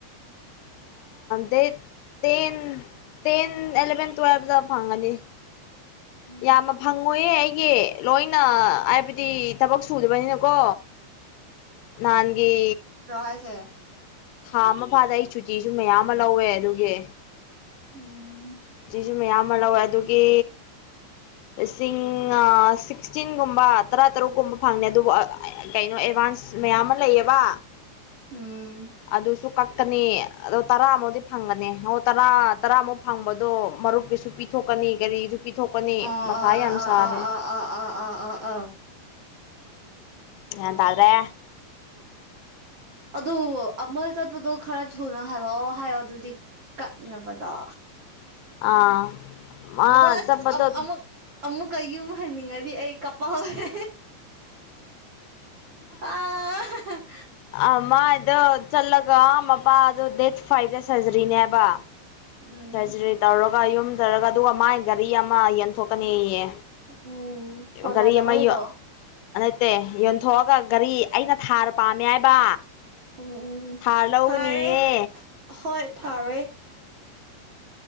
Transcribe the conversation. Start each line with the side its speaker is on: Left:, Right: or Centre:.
Left: ꯗꯦꯠ ꯇꯦꯟ ꯇꯦꯟ ꯑꯦꯂꯚꯦꯟ ꯇꯨꯋꯦꯜꯕꯇ ꯐꯪꯉꯅꯤ
Right: ꯎꯝ
Left: ꯌꯥꯝꯅ ꯐꯪꯉꯣꯏꯌꯦ ꯑꯩꯒꯤ ꯂꯣꯏꯅ ꯍꯥꯏꯕꯗꯤ ꯊꯕꯛ ꯁꯨꯗꯕꯅꯤꯅꯀꯣ ꯅꯍꯥꯟꯒꯤ
Right: ꯑꯁꯦ <unintelligible>
Left: ꯊꯥ ꯑꯃ ꯐꯥꯗꯦ ꯑꯩ ꯆꯨꯇꯤꯁꯨ ꯃꯌꯥꯝ ꯑꯃ ꯂꯧꯋꯦ ꯑꯗꯨꯒꯤ
Right: ꯎꯝ
Left: ꯁꯤ ꯃꯌꯥꯝ ꯑꯃ ꯂꯧꯋꯦ ꯑꯗꯨꯒꯤ ꯂꯤꯁꯤꯡ ꯁꯤꯛꯁꯇꯤꯟꯒꯨꯝꯕ ꯇꯔꯥ ꯇꯔꯨꯛꯀꯨꯝꯕ ꯐꯪꯅꯤ ꯑꯗꯨꯕꯨ ꯀꯩꯅꯣ ꯑꯦꯗꯚꯥꯟꯁ ꯃꯌꯥꯝ ꯑꯃ ꯂꯩꯌꯦꯕ
Right: ꯎꯝ
Left: ꯑꯗꯨꯁꯨ ꯀꯛꯀꯅꯤ ꯑꯗꯣ ꯇꯔꯥꯃꯨꯛꯗꯤ ꯐꯪꯒꯅꯤ ꯑꯣ ꯇꯔꯥ ꯇꯔꯥꯃꯨꯛ ꯐꯪꯕꯗꯣ ꯃꯔꯨꯞꯀꯤꯁꯨ ꯄꯤꯊꯣꯛꯀꯅꯤ ꯀꯒꯥꯔꯤꯁꯨ ꯄꯤꯊꯣꯛꯀꯅꯤ
Right: ꯑꯣ
Left: ꯃꯊꯥ
Right: ꯑꯥ
Left: ꯌꯥꯝ
Right: ꯑꯥ
Left: ꯁꯥꯔꯦ
Right: ꯑꯥ ꯑꯥ ꯑꯥ ꯑꯥ ꯑꯥ
Left: ꯒ꯭ꯌꯥꯟ ꯇꯥꯗ꯭ꯔꯦ
Right: ꯑꯗꯨ ꯑꯃ ꯆꯠꯄꯗꯣ ꯈꯔ ꯊꯨꯅ ꯍꯜꯂꯛꯑꯣ ꯍꯥꯏꯌꯣ ꯑꯗꯨꯗꯤ ꯀꯥꯛꯅꯕꯗꯣ
Left: ꯑꯥ ꯃꯥ
Right: ꯑꯗꯣ ꯑꯁ
Left: ꯆꯠꯄꯗꯣ
Right: ꯑꯃꯨꯛ ꯑꯃꯨꯛꯀ ꯌꯨꯝ ꯍꯟꯅꯤꯡꯉꯗꯤ ꯑꯩ ꯀꯣꯄꯥꯜꯅꯦ ꯑ <unintelligible>
Left: ꯑ ꯃꯥꯏꯗꯣ ꯆꯠꯂꯒ ꯃꯄꯥꯗꯣ ꯗꯦꯠ ꯐꯥꯏꯚꯇ ꯁꯔꯖꯔꯤꯅꯦꯕ
Right: ꯎꯝ
Left: ꯁꯔꯖꯔꯤ ꯇꯧꯔꯒ ꯌꯨꯝꯗ ꯂꯩꯔꯛ ꯑꯗꯨꯒ ꯃꯥꯏ ꯒꯥꯔꯤ ꯑꯃ ꯌꯦꯟꯊꯣꯛꯀꯅꯤꯌꯦ
Right: ꯎꯝ ꯀꯣꯟꯅꯗꯕꯩꯔꯣ
Left: ꯒꯔꯤ ꯑꯃ ꯌꯣꯟ ꯅꯠꯇꯦ ꯌꯣꯟꯊꯣꯛꯑꯒ ꯒꯥꯔꯤ ꯑꯩꯅ ꯊꯥꯔ ꯄꯥꯝꯃꯦ ꯍꯥꯏꯕ꯫
Right: ꯎꯝ ꯎꯝ ꯎꯝ
Left: ꯊꯥꯔ ꯂꯧꯒꯅꯤꯌꯦ꯫
Right: ꯐꯔꯦ ꯍꯣꯏ ꯐꯥꯔ‌ꯦ꯫